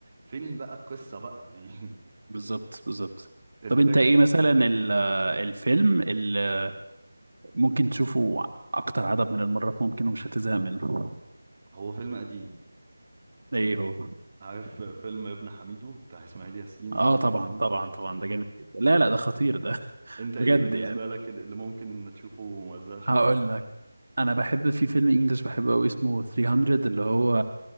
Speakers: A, on the right (about 30°); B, on the right (about 75°).
A: فين بقى القصه بقى يعني
B: بالظبط بالظبط
A: <laughs> الفكره
B: طب انت ايه مثلا
A: مم.
B: ال- الفيلم اللي ممكن تشوفه اكتر عدد من المرات ممكن ومش هتزهق منه
A: هو فيلم قديم
B: ايه هو
A: عارف فيلم ابن حميدو بتاع اسماعيل ياسين
B: اه طبعا
A: اه
B: طبعا طبعا ده جامد جدا لا لا ده خطير ده <laughs>
A: انت
B: بجد
A: ايه بالنسبة
B: يعني
A: لك ال- اللي ممكن تشوفه وما تزهقش
B: هقول
A: منه
B: لك انا بحب في فيلم انجلش بحبه قوي اسمه 300 اللي هو